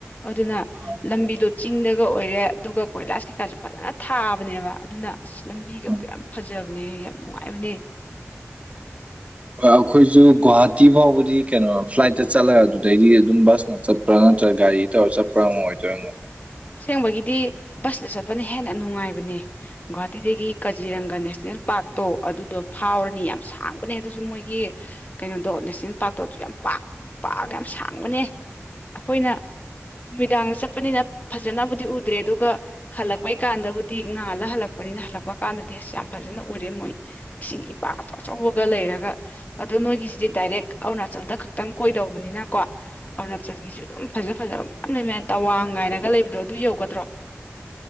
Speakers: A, on the left; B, on the right.
A: ꯑꯗꯨꯅ
B: ꯑꯥ
A: ꯂꯝꯕꯤꯗꯣ ꯆꯤꯡꯗꯒ ꯑꯣꯏꯔꯦ ꯑꯗꯨꯒ ꯀꯣꯏꯂꯥꯁ ꯀꯩꯀꯥꯁꯨ ꯐꯖꯅ ꯊꯥꯕꯅꯦꯕ ꯑꯗꯨꯅ ꯂꯝꯕꯤꯒ
B: ꯑꯥ
A: ꯑꯝꯇ ꯌꯥꯝ ꯐꯖꯕꯅꯦ ꯌꯥꯝ ꯅꯨꯡꯉꯥꯏꯕꯅꯦ
B: ꯑꯩꯈꯣꯏꯁꯨ ꯒꯨꯍꯥꯇꯤ ꯐꯥꯎꯕꯗꯤ ꯀꯩꯅꯣ ꯐ꯭ꯂꯥꯏꯠꯇ ꯆꯠꯂꯒ ꯑꯗꯨꯗꯩꯗꯤ ꯑꯗꯨꯝ ꯕꯁꯅ ꯆꯠꯄ ꯅꯠꯇ꯭ꯔ ꯅꯠꯇ꯭ꯔꯒ ꯒꯥꯔꯤ ꯇꯧꯔ ꯆꯠꯄ ꯑꯃꯨꯛ ꯑꯣꯏꯗꯣꯏꯅꯣ
A: ꯑꯁꯦꯡꯕꯒꯤꯗꯤ ꯕꯁꯇ ꯆꯠꯄꯅ ꯍꯦꯟꯅ ꯅꯨꯡꯉꯥꯏꯕꯅꯦ ꯒꯨꯍꯥꯇꯤꯗꯒꯤ ꯀꯖꯤꯔꯪꯒ ꯅꯦꯁꯅꯦꯜ ꯄꯥꯔꯛ ꯇꯣ ꯑꯗꯨꯗꯣ ꯐꯥꯎꯔꯅꯤ ꯌꯥꯝ ꯁꯥꯡꯕꯅꯦ ꯑꯗꯨꯁꯨ ꯃꯣꯏꯒꯤ ꯀꯩꯅꯣꯗꯣ ꯅꯦꯁꯅꯦꯜ ꯄꯥꯔꯛꯇꯣ ꯑꯗꯨ ꯌꯥꯝ ꯄꯥꯛ ꯄꯥꯛꯑꯒ ꯌꯥꯝ ꯁꯥꯡꯕꯅꯦ ꯑꯩꯈꯣꯏꯅ ꯅꯨꯃꯤꯗꯥꯡꯗ ꯆꯠꯄꯅꯤꯅ ꯐꯖꯅꯕꯨꯗꯤ ꯎꯗ꯭ꯔꯦ ꯑꯗꯨꯒ ꯍꯜꯂꯛꯄꯩ ꯀꯥꯟꯗꯕꯨꯗꯤ ꯉꯥꯜꯂ ꯍꯜꯂꯛꯄꯅꯤꯅ ꯍꯜꯂꯛꯄ ꯀꯥꯟꯗꯗꯤ ꯑꯁ ꯌꯥꯝ ꯐꯖꯅ ꯑꯣꯏꯔꯦ ꯃꯣꯏ ꯏꯁꯤꯡ ꯏꯄꯥ ꯑꯆꯧ ꯑꯆꯧꯕꯒ ꯂꯩꯔꯒ ꯑꯗꯣ ꯅꯣꯏꯒꯤꯁꯤꯗꯤ ꯗꯥꯏꯔꯦꯛ ꯑꯔꯨꯅꯥꯆꯜꯗ ꯈꯛꯇꯪ ꯀꯣꯏꯗꯧꯕꯅꯤꯅꯀꯣ ꯑꯔꯨꯅꯥꯆꯜꯒꯤꯁꯨ ꯑꯗꯨꯝ ꯐꯖ ꯐꯖꯕ ꯃꯌꯥꯝ ꯂꯩꯃꯦ ꯇꯋꯥꯡ ꯉꯥꯏꯅꯒ ꯂꯩꯕꯗꯣ ꯑꯗꯨ ꯌꯧꯒꯗ꯭ꯔꯣ